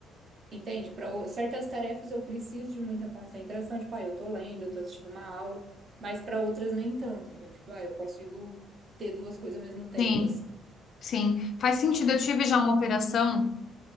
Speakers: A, on the right (about 35°); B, on the left (about 50°).
A: entende? Para certas tarefas eu preciso de muita concentração, tipo, ah, eu tô lendo, eu tô assistindo uma aula, mas para outras nem tanto. Então, tipo, ah, eu consigo ter duas coisas ao mesmo tempo,
B: sim,
A: assim.
B: sim. Faz sentido. Eu tive já uma operação.